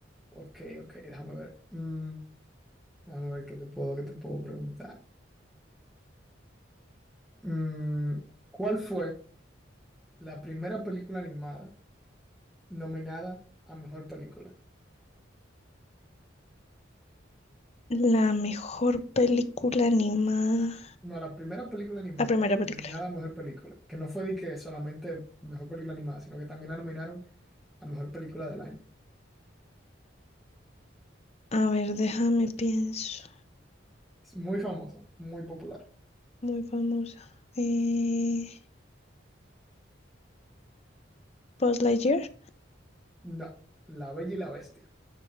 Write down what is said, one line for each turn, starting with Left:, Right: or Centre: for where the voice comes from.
Centre: Ok, ok, déjame ver. Mm, déjame ver qué te puedo, qué te puedo preguntar. Mm, ¿cuál fue la primera película animada nominada a mejor película?
Left: la mejor película animada.
Centre: No, la primera película animada
Left: La primera película.
Centre: nominada a mejor película, que no fue de que solamente mejor película animada, sino que también la nominaron a mejor película del año.
Left: A ver, déjame pienso.
Centre: Es muy famosa, muy popular.
Left: Muy famosa. Eh, Buzz Lightyear.
Centre: No, La Bella y la Bestia.